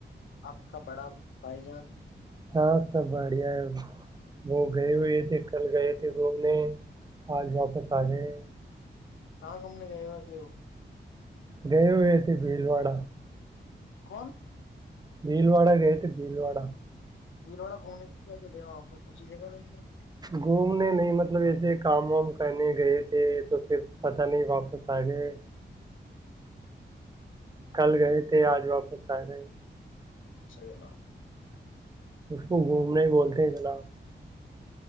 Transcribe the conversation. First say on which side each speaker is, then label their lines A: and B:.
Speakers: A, on the left (about 85°); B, on the right (about 20°).
A: آپ کا بڑا بھائی جان <unintelligible>
B: ہاں سب بڑھیا ہے وہ <unintelligible> گئے ہوئے تھے کل گئے تھے <unintelligible> گھومنے آج واپس آ گئے <unintelligible>
A: ہاں گم نے گئےت وہ <unintelligible>
B: گئے ہوئے تھ بھیل وڑا <unintelligible>
A: کون <inaudible>
B: بھیل وڑا گئے تھے بھیل وڑا <unintelligible>
A: ملوڑا گھومنے کے کیا چلےا آاں کچھ ہی دے گا ب <unintelligible>
B: گھومنے نہیں مطلب ایسے کام وام کرنے گئے تھے تو پھر پتہ نہیں واپس آ گئے <unintelligible> کل گئے تھے آج واپس آ گ <unintelligible>
A: اچھا ج نب <unintelligible>
B: اس کو گھومنے بولتے ہیں جناب <unintelligible>